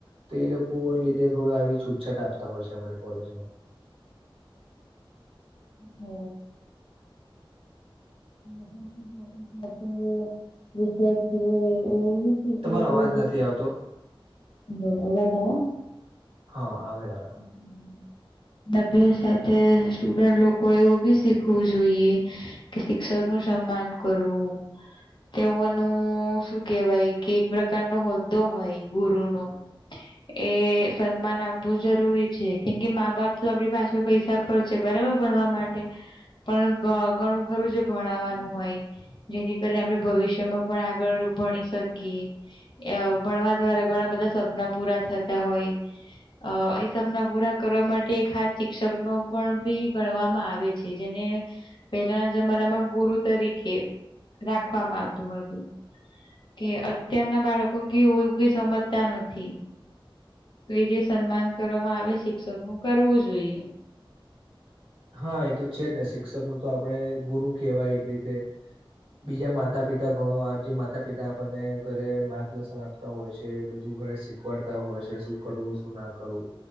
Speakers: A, on the right; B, on the left.
A: તો એ લોકો લીધે થોડું આવી છૂટછાટ આપતા હોય છે અમારી કોલેજમાં.
B: હમ વિીજચવે ઓ <inaudible>
A: તમારો અવાજ નથી
B: બબ
A: આવતો
B: <inaudible>
A: હા હવે આયો
B: <inaudible> અભ્યાસ સાથે સ્ટુડન્ટ લોકો એવું બી શીખવું જોઈએ. કે શિક્ષક નું સન્માન કરવું. તેઓનું શું કેવાય કે એક પ્રકાર નો હોદ્દો હોય ગુરુ નો એ સન્માન આપવું જરૂરી છે કેમ કે મા બાપ તો આપડી પાસે પૈસા ખર્ચ બરાબર ભણવા માટે પણ ઘણું ખરું છે ભણવાનું હોય જેથી કરીને આપણે ભવિષ્યમાં પણ આગળ ભણી શકીએ. અ ભણવા દ્વારા ઘણા બધા સપના પૂરા થતા હોય. અ એ સપના પૂરા કરવા માટે ખાસ શિક્ષક નો પણ ભી ગણવામાં આવે છે. છે જેને પહેલાના જમાનામાં ગુરુ. તરીકે રાખવામાં આવતું હતું. કે અત્યારના બાળકો કે એવું કોઈ સમજતા નથી‌. તો એ જે સન્માન કરવામાં આવે શિક્ષક નું કરવું જોઈએ.
A: હા એ તો છે જ ને શિક્ષક નું તો આપડણે ગુરુ કેવાય એક રીતે. બીજા માતા પિતા ઘણો આ જે માતા પિતા આપણને ઘરે માર્ગદર્શન આપ. તા હોય છે બધું ઘરે શીખવાડતા હોય છે શું કરવું શું ના કરવું.